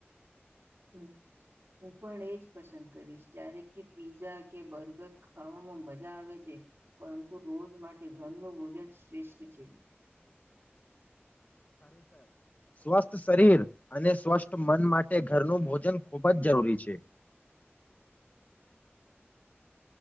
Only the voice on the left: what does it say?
સ્વસ્થ શરીર અને સ્વસ્થ મન માટે ઘરનું ભોજન ખૂબ જ જરૂરી છે.